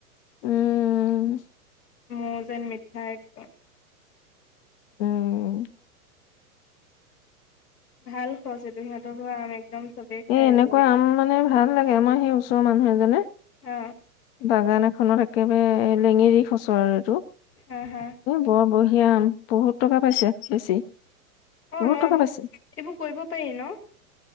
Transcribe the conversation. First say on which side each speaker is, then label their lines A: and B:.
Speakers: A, on the left (about 40°); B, on the left (about 80°).
A: উম
B: মৌ যেন মিঠাই একদম
A: উম
B: ভাল সছ এইটো সিহঁতৰ ঘৰৰ আম একদম চবেই খাই
A: এ এনেকুৱা
B: লৈ যায়
A: আম মানে ভাল লাগে আমাৰ সেই ওচৰৰ মানুহ এজনে
B: অ
A: বাগান এখনত একেবাৰে লেঙেৰি খচৰ আৰু এইটো
B: হা হা
A: বৰ বঢ়িয়া আম বহুত টকা পাইছে বেছি
B: অ
A: বহুত
B: ন
A: টকা
B: এইবোৰ
A: পাইছে
B: এইবোৰ কৰিব পাৰি ন